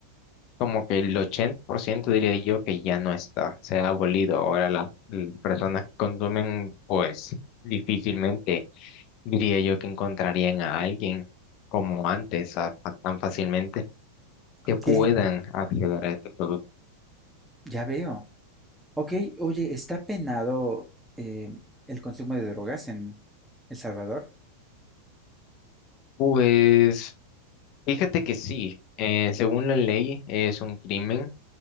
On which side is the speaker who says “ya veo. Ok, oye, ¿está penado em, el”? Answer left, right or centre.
Centre